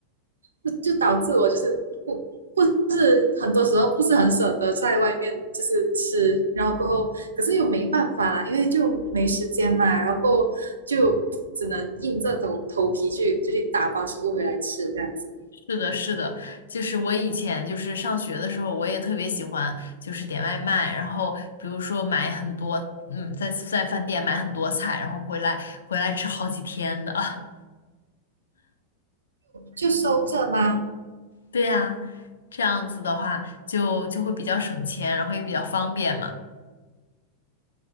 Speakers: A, on the right; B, on the left.
A: 就就导致我就是不不是很多时候不是很舍得在外面就是吃，然后过后可是又没办法啦，因为就没时间嘛，然后过后就只能硬着头头皮去就去打包食物回来吃这样子，
B: 是的，是的，就是我以前就是上学的时候，我也特别喜欢就是点外卖，然后比如说买很多，嗯，在在饭店买很多菜，然后回来回来吃好几天的。<laughs>
A: 就收这吗？
B: 对呀，这样子的话就就会比较省钱，然后也比较方便嘛。